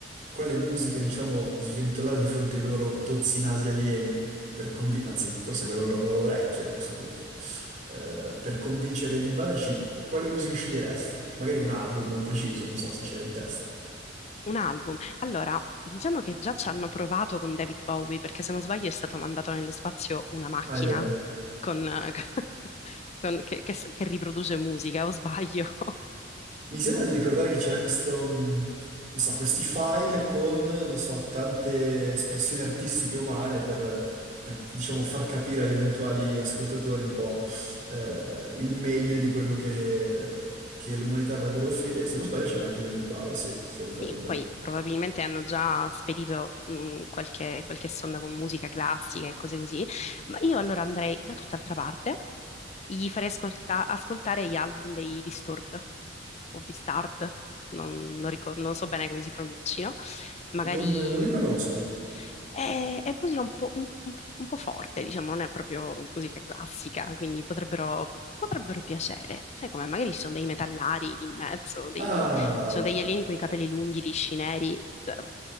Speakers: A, on the right (about 40°); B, on the left (about 35°).
A: quale musica, diciamo, sventolare di fronte ai loro tozzi nasi alieni, per convi- anzi, forse le loro, loro orecchie a questo punto, eh, per convincere di invaderci, quale musica sceglieresti? Magari un album preciso, non so se ce l'hai in testa.
B: Un album. Allora, diciamo che già ci hanno provato con David Bowie, perché se non sbaglio è stato mandato nello spazio una macchina
A: Ah, è vero.
B: con- eh, <laughs> con- che, che s- che riproduce musica, o sbaglio? <laughs>
A: Mi sembra di ricordare che c'era questo, mh, non so, questi file con, non so, tante espressioni artistiche umane per, per, diciamo, far capire agli eventuali ascoltatori un po', eh, il meglio di quello che, che l'umanità avrebbe da offrire. E se non sbaglio c'era anche David Bowie, se, se ricordo
B: Sì,
A: bene.
B: poi probabilmente hanno già spedito mh, qualche, qualche sonda con musica classica e cose così, ma io allora andrei da tutt'altra parte, gli farei ascolta- ascoltare gli album dei Disturbed o Disturbed, non, non ricor- non so bene come si pronunciano magari
A: Non, non li conosco.
B: È, è musica un po', un- un- un po' forte, diciamo, non è proprio musica classica, quindi potrebbero, potrebbero piacere. Sai come? Magari ci sono dei metallari in mezzo, dei,
A: Ah,
B: ci sono degli
A: <laughs>
B: alieni con i capelli lunghi, lisci, neri. Cioè,